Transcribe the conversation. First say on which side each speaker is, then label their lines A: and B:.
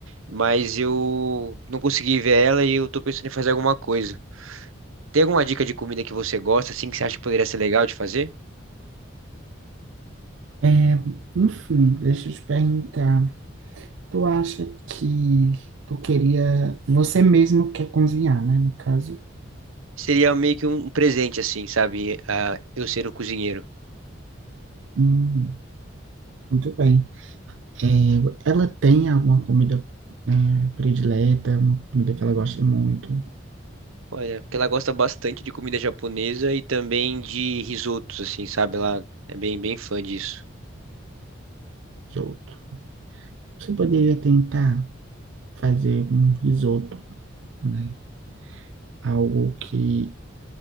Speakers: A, on the right (about 85°); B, on the right (about 70°).
A: mas eu não consegui ver ela e eu tô pensando em fazer alguma coisa. Tem alguma dica de comida que você gosta, assim, que você acha que poderia ser legal de fazer?
B: É, enfim, deixa eu te perguntar. Tu acha que tu queria. Você mesmo quer cozinhar, né? No caso.
A: Seria meio que um presente, assim, sabe? Ah, eu ser o cozinheiro.
B: Hum, muito bem. É, ela tem alguma comida, é, predileta, uma comida que ela gosta muito?
A: Olha, porque ela gosta bastante de comida japonesa e também de risotos, assim, sabe? Ela é bem, bem fã disso.
B: Risoto. Você poderia tentar fazer um risoto, né? Algo que